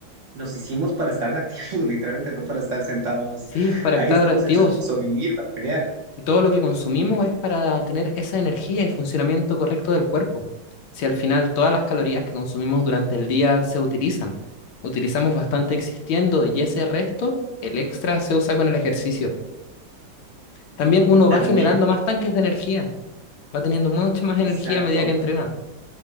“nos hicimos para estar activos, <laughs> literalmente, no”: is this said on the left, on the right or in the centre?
Right